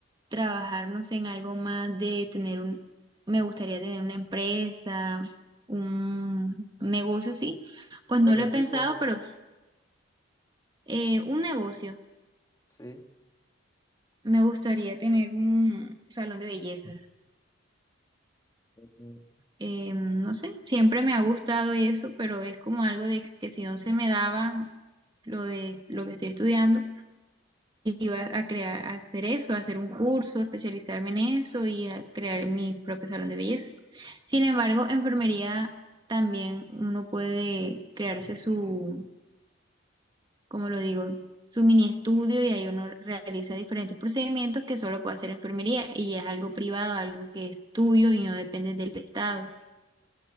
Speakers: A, on the right (about 20°); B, on the left (about 15°).
A: trabajar, no sé, en algo más de tener un, me gustaría tener una empresa, un negocio, sí, pues no
B: ¿De qué
A: lo he
B: tipo?
A: pensado, pero eh, un negocio.
B: Sí.
A: Me gustaría tener un salón de bellezas.
B: Ok,
A: Eh, no sé, siempre me ha gustado eso, pero es como algo de que si no se me daba lo de lo que estoy estudiando, iba a crear, a hacer eso, a hacer un curso, especializarme en eso y a crear mi propio salón de belleza. Sin embargo, enfermería también uno puede crearse su, ¿cómo lo digo? su mini estudio y ahí uno realiza diferentes procedimientos que solo puede hacer enfermería y es algo privado, algo que es tuyo y no depende del estado.